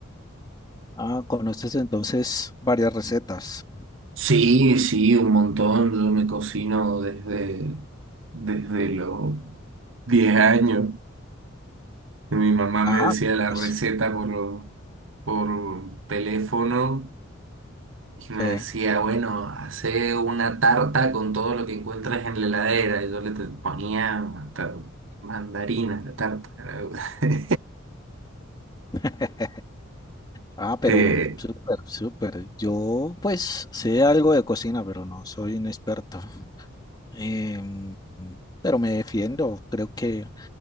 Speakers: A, on the left; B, on the right.
A: ah, conoces entonces varias recetas.
B: Sí, sí, un montón. Yo me cocino desde, desde los 10 años. Mi mamá
A: Ah,
B: me decía la
A: pues
B: receta por, lo- por teléfono y me
A: sí.
B: decía, bueno, hace una tarta con todo lo que encuentres en la heladera. Y yo le te- ponía hasta mandarina a la tarta. <laughs>
A: <laughs> Ah, pero
B: Eh,
A: súper, súper. Yo pues sé algo de cocina, pero no soy un experto. Em, pero me defiendo, creo que,